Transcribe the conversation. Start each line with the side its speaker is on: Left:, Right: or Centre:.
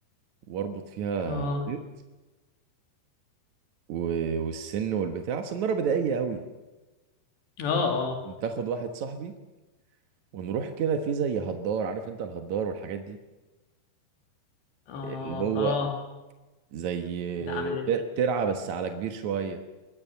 Right: واربط فيها
Left: اه
Right: خيط و- والسن والبتاع سناره بدائيه قوي
Left: اه اه
Right: كنت اخد واحد صاحبي ونروح كده في زي هدار عارف انت الهدار والحاجات دي
Left: اه
Right: اللي هو
Left: اه
Right: زي
Left: ده عامل ايه
Right: تر- ترعه بس على كبير شويه